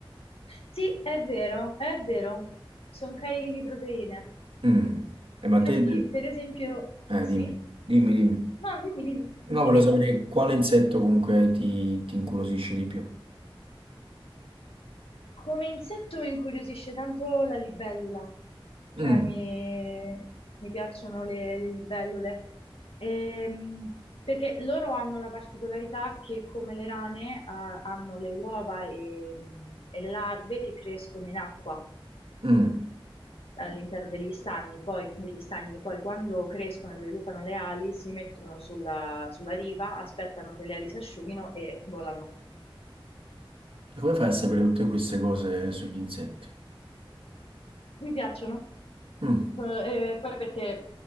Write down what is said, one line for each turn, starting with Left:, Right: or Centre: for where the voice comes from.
Left: Sì, è vero, è vero. Sono carichi di proteine.
Right: Mm. Eh, ma
Left: Infatti,
Right: te...
Left: per esempio,
Right: Eh,
Left: sì?
Right: dimmi, dimmi, dimmi.
Left: No, dimmi, dimmi,
Right: No, volevo
Left: dimmi
Right: sapere
Left: tu,
Right: quale insetto comunque ti, ti incuriosisce di più.
Left: come insetto mi incuriosisce tanto la libellula, cioè
Right: Mm,
Left: mi, mi piacciono le, le libellule, Ehm, perché loro hanno la particolarità che come le rane ah, hanno le uova e, e le larve che crescono in acqua
Right: mm.
Left: all'interno degli stagni, poi, degli stagni, poi quando crescono e sviluppano le ali si mettono sulla, sulla riva, aspettano che le ali si asciughino e volano.
Right: E Come fai a sapere tutte queste cose sugli insetti?
Left: Mi piacciono,
Right: Mm,
Left: Eh, e poi perché